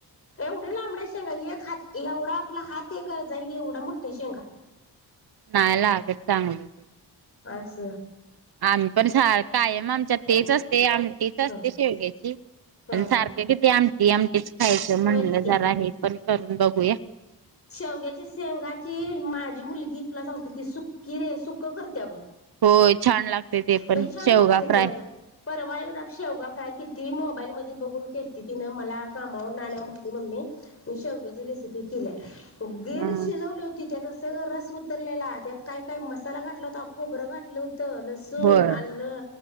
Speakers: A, on the left; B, on the right.
A: एवढ लांबड्या शेंगा एक हात, एवढा आपला मोठ्या एक जाईल एवढा मोठ्या शेंगा
B: नाय लागत चांगलं ते
A: आस
B: आम्ही पण सा कायम आमच्यात तेच असते आम तेच असते
A: ह
B: शेवग्याची
A: ह
B: पण
A: ह
B: सारख किती आमटी आम खायचं म्हणलं
A: होयच की
B: जरा हे पण करून बघूया.
A: शेवग्याची शेंगाची माझी मुलगी तुला सांगते ती सुक्की रे सुकं करत्या ब
B: होय छान लागते ते पण
A: लई छान
B: शेवगा
A: लागते
B: फ्राय
A: ते अग परवाय <unintelligible> शेवगा फ्राय केलती, मोबाईल मधे बघून केलती तिन, मला कामावरन आल्यावर म्हंटली मम्मे अ शेवग्याची रेसिपी केल्या <unintelligible> गिर
B: हम्म
A: शिजवली होती. त्यात सग रस उतरलेला, त्यात काय काय मसाला घाटला होता, खोबरं घातलं हू त लसूण,
B: होय
A: आल्ल